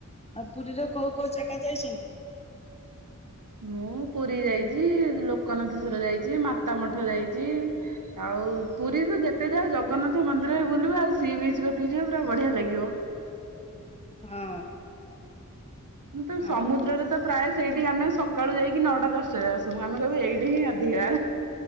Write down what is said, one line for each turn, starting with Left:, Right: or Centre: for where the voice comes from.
Left: ଆଉ ପୁରୀରେ କୋଉ କୋଉ ଜାଗା ଯାଇଛନ୍ତି।
Right: ମୁଁ ପୁରୀ ଯାଇଛି ଲୋକନାଥେଶ୍ଵର ଯାଇଚି ମାତା ମଠ ଯାଇଚି, ଆଉ ଆଉ ପୁରୀ ତ ଯେତେ ଯାଅ ଜଗନ୍ନାଥ ମନ୍ଦିର ବୁଲିବ ଆଉ ସି ବିଚ କତିକି ଯିବ ପୁରା ବଢିଆ ଲାଗିବ।
Left: ହଁ।
Right: ମୁଁ ତ ସମୁଦ୍ରରେ
Left: ଆଉ
Right: ତ ପ୍ରାୟ ସେଇଠି ଆମେ ସକାଳୁ ଯାଇକି ନଅଟା ଦଶଟାରେ ଆସୁ ଆମେ କହିବୁ ଏଇଠି ହିଁ ଅଧିକାର